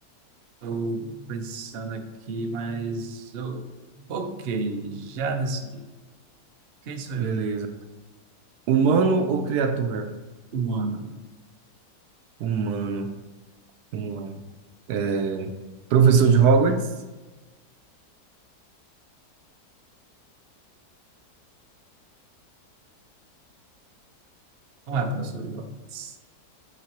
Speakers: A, on the right; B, on the right.
A: Tô pensando aqui, mas... eu- ok, já decidi. Quem sou
B: Beleza.
A: eu?
B: Humano ou criatura?
A: Humano.
B: Humano. Vamos lá. É, Professor de Hogwarts?
A: Não é professor de Hogwarts.